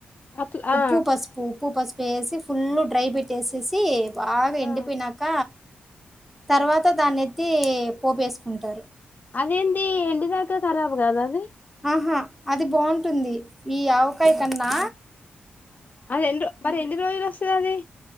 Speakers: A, on the left (about 40°); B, in the centre.
A: అట్లా ఆ
B: ఉప్పు పసుపు ఉప్పు పసుపు వేసి ఫుల్లు డ్రై పెట్టేసేసి బాగా
A: ఆ
B: ఎండిపోయినాక తర్వాత దాన్ని ఎత్తి పోపు వేసుకుంటారు
A: అదేంది ఎండినాక ఖరాబ్ కాదా అది
B: ఆహా అది బాగుంటుంది ఈ ఆవకాయ కన్నా
A: అది ఎన్ని మరి ఎన్ని రోజులు వస్తుంది అది